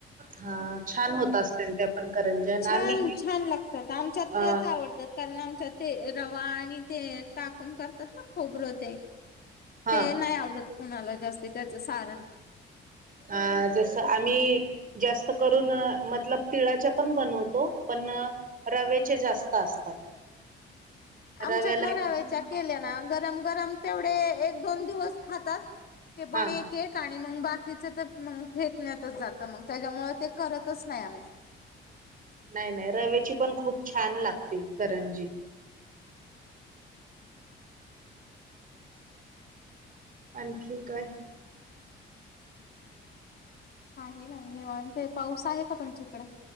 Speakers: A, on the right; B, on the left.
A: हा छान होत असतील त्या पण करंज्या आणि
B: छान-छान
A: आम्ही
B: लागतात, आमच्यात
A: अ
B: तेच आवडतात. कारण आमच्यात ते रवा आणि ते टाकून करतात ना खोबर ते
A: हा
B: ते नाही आवडत कुणाला जास्त त्याचं सारण.
A: अ जसं आम्ही जास्त करून अ मतलब तिळाच्या पण बनवतो पण, रव्याच्या जास्त असतात.
B: आमच्यात
A: रव्याला
B: ना
A: एकदम
B: रव्याच्या केल्या ना गरम गरम तेवढे एक दोन दिवस खातात, ते पण
A: हा
B: एक केक आणि मंग बाकीच तर मंग फेकण्यातच जात मंग त्याच्यामुळ ते करतच नाही आम्ही.
A: नाही नाही, रव्याची पण खूप छान लागते करंजी. आणखीन काय?
B: काही नाही, निवांत आहे, पाऊस आहे का तुमच्याकडे?